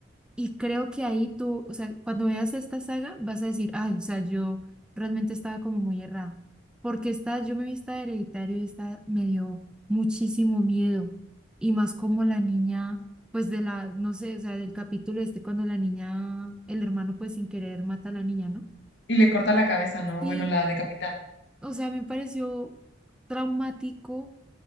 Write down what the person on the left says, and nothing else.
Y le corta la cabeza, ¿no?
Bueno, la decapita.